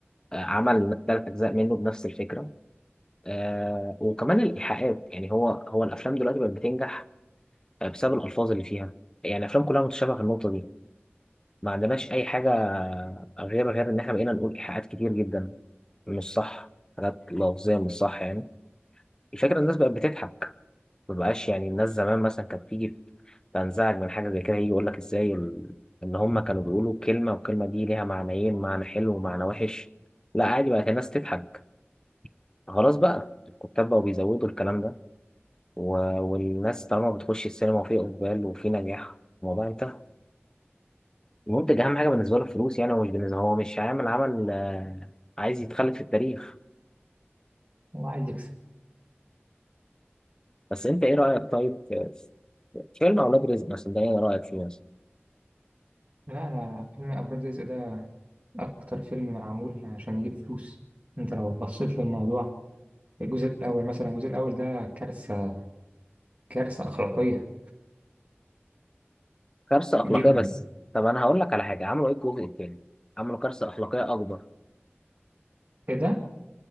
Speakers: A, on the left; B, on the right.
A: آه، عمل ثلاث اجزاء منه بنفس الفكره آه وكمان الايحاءات يعني هو هو الافلام دلوقتي بقت بتنجح بسبب الألفاظ اللي فيها يعني الأفلام كلها متشابهة في النقطة دي ما عندناش أي حاجة غير غير إن إحنا بقينا نقول إيحاءات كتير جدا مش صح حاجات لفظية مش صح يعني الفكرة الناس بقت بتضحك ما بقاش يعني الناس زمان مثلا كانت تيجي تنزعج من حاجة زي كده يجي يقول لك إزاي ال... إن هما كانوا بيقولوا كلمة والكلمة دي ليها معنيين معنى حلو ومعنى وحش لا عادي بقت الناس تضحك خلاص بقى الكتاب بقوا بيزودوا الكلام ده و... والناس طالما بتخش السينما وفي إقبال وفي نجاح الموضوع انتهى المنتج اهم حاجه بالنسبه له الفلوس يعني هو مش بالنسبه هو مش هيعمل عمل آه، عايز يتخلد في التاريخ
B: هو عايز يكسب
A: بس انت ايه رايك طيب في في فيلم اولاد رزق مثلا ده ايه رايك فيه مثلا
B: لا أنا فيلم أفراد رزق ده أكتر فيلم معمول عشان يجيب فلوس أنت لو بصيت للموضوع الجزء الأول مثلا الجزء الأول ده كارثة كارثة أخلاقية
A: كارثه اخلاقيه
B: جدا
A: بس طب انا هقول لك على حاجه عملوا ايه الجزء الثاني عملوا كارثه اخلاقيه اكبر
B: كده